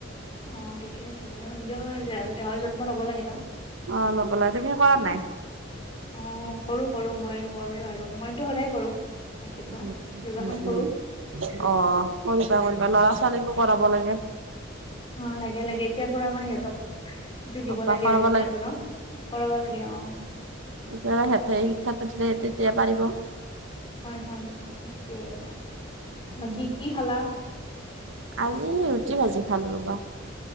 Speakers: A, on the left; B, on the right.
A: অ ঠিকে আছে বাৰু নিজৰ দেহৰ যত্ন লব লাগে ন
B: অ', ল'ব লাগে তুমি কৰা নাই
A: অ কৰো কৰো মই কৰোৱে আৰু মইতো সদায় কৰো ৰাতিপুৱা
B: উ উ উম
A: যোগাসন কৰো
B: উম অ কৰিবা কৰিবা ল'ৰা ছোৱালীকো কৰাব লাগে
A: অ লাগে লাগে এতিয়া পুৰা মানে সিহঁতক এইটো দিব
B: অভ্যাস
A: লাগে
B: কৰাব
A: আৰু শিক্ষাটো ন কৰাব লাগে অ
B: এত সিহঁতে শিক্ষা টো দিলে তেতিয়া পাৰিব
A: হয় হয় সেইটোৱে আৰু
B: উম
A: বাকী কি খালা
B: আজি ৰুটি ভাজি খালো ৰবা